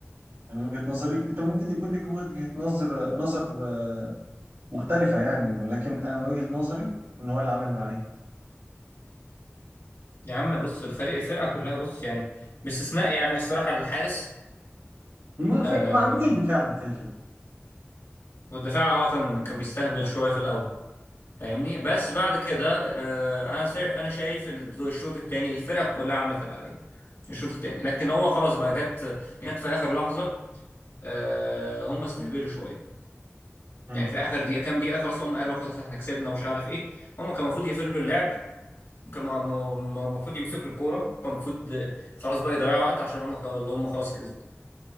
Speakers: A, on the right; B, on the left.
A: يعني من وجهة نظري انت ممكن يكون لك وجهة نظر نظر آه، مختلفة يعني ولكن انا من وجهة نظري ان هو اللي عمل اللي عليه
B: يا عم بص الفريق الفرقة كلها بص يعني باستثناء يعني الصراحة الحارس
A: المدافع
B: آم،
A: ما عندكوش دفاع عن كده كده
B: والدفاع اه كان كان بيستهبل شوية في الأول فاهمني بس بعد كده آه، أنا سا- أنا شايف إن الشوط التاني الفرقة كلها عملت اللي عليها الشوط التاني لكن هو خلاص بقى جت جت في آخر لحظة آه، هم استهبلوا شوية
A: مم.
B: يعني في آخر دقيقة كام دقيقة خلاص هم قالوا خلاص إحنا كسبنا ومش عارف إيه هم كان المفروض يقفلوا اللعب كان المفروض يمسكوا الكورة كان المفروض خلاص بقى يضيعوا وقت عشان هم هم خلاص كسبوا